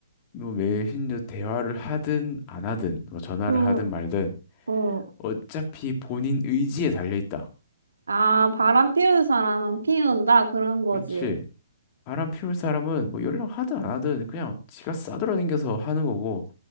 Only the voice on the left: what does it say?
뭐 메신저 대화를 하든 안 하든 뭐 전화를
하든 말든
어차피 본인 의지에 달려 있다.
그렇지. 바람 피울 사람은 뭐 연락하든 안 하든 그냥 지가 싸돌아다녀서 하는 거고